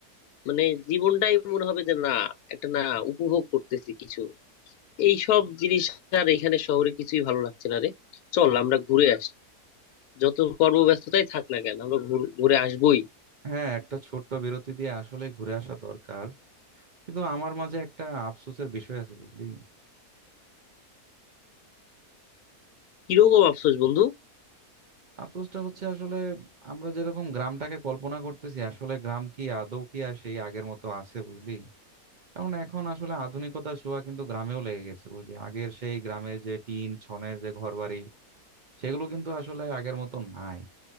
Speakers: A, on the left; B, on the right.
A: মানে জীবনটাই মনে হবে যে না একটা না উপভোগ করতেছি কিছু এই সব জিনিস আর এখানে শহরে কিছুই ভালো লাগছে না রে চল আমরা ঘুরে আসি যত কর্মব্যস্ততাই থাক না কেন আমরা ঘুর- ঘুরে আসবোই
B: হ্যাঁ একটা ছোট্ট বিরতি দিয়ে আসলে ঘুরে আসা দরকার কিন্তু আমার মাঝে একটা আফসোসের বিষয় আছে বুঝলি
A: কিরকম আফসোস বন্ধু
B: আফসোসটা হচ্ছে আসলে আমরা যেরকম গ্রামটাকে কল্পনা করতেছি আসলে গ্রাম কি আদৌ কি আর সেই আগের মতো আছে বুঝলি কারণ এখন আসলে আধুনিকতার ছোঁয়া কিন্তু গ্রামেও লেগে গেছে বুঝলি আগের সেই গ্রামের যে টিন ছনের যে ঘরবাড়ি সেগুলো কিন্তু আসলে আগের মতো নাই